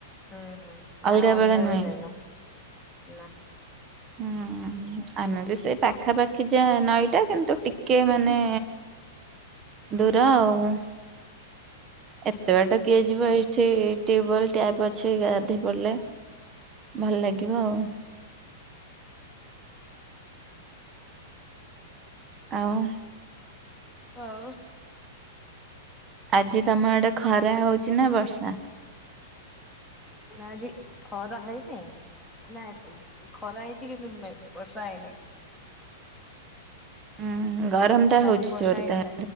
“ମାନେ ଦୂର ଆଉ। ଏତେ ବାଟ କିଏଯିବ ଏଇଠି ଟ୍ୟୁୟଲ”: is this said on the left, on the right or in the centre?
Right